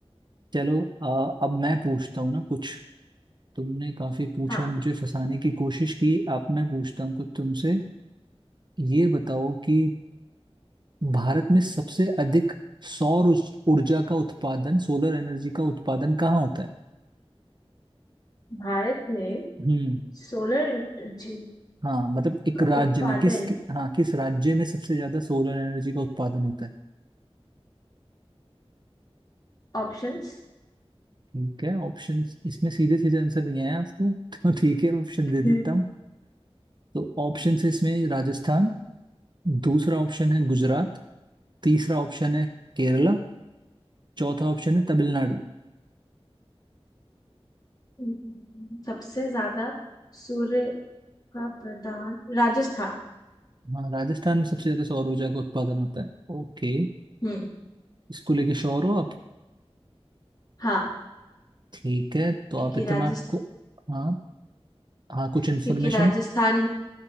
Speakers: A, on the right (about 45°); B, on the left (about 40°).
A: चलो आ, अब मैं पूछता हूँ ना कुछ तुमने काफी पूछा
B: हाँ
A: मुझे फंसाने की कोशिश की अब मैं पूछता हूँ कुछ तुमसे ये बताओ कि भारत में सबसे अधिक सौर उज- ऊर्जा का उत्पादन सोलर एनर्जी का उत्पादन कहाँ होता है
B: भारत में
A: हम्म
B: सोलर एनर्जी
A: हाँ मतलब एक
B: का
A: राज्य
B: उत्पादन
A: में किस कि, हाँ किस राज्य में सबसे ज्यादा सोलर एनर्जी का उत्पादन होता है
B: ऑप्शंस
A: ठीक है ऑप्शंस इसमें सीधे सीधे आंसर नहीं आया आपको <laughs> तो ठीक है ऑप्शन
B: हम्म,
A: दे देता हूँ तो ऑप्शन है इसमें राजस्थान दूसरा ऑप्शन है गुजरात तीसरा ऑप्शन है केरला चौथा ऑप्शन है तमिलनाडु
B: हम्म, सबसे ज्यादा सूर्य का प्रदान राजस्थान
A: हाँ राजस्थान में सबसे ज्यादा सौर ऊर्जा का उत्पादन होता है ओके
B: हम्म,
A: इसको लेके श्योर हो आप
B: हाँ
A: ठीक है तो
B: क्योंकि
A: आप इतना
B: राजस्थान
A: को हाँ हाँ कुछ
B: क्योंकि
A: इन्फॉर्मेशन
B: राजस्थान